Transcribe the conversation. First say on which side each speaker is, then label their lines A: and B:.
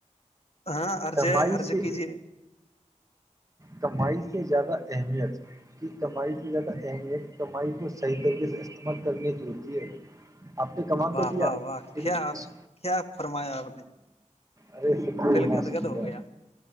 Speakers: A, on the left; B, on the right.
A: ہاں عرض
B: کمائی
A: ہے عرض
B: سے
A: کیجیے
B: کمائی سے زیادہ اہمیت کمائی کی زیادہ اہمیت کمائی کو صحیح طریقے سے استعمال کرنے کی ہوتی ہے آپ نے کما
A: واہ
B: تو لیا
A: واہ واہ
B: لیکن
A: کیا
B: اس
A: کیا فرمایا آپ نے
B: ارے سب کو
A: دل
B: ہماست
A: گد گد
B: لیا
A: ہو گیا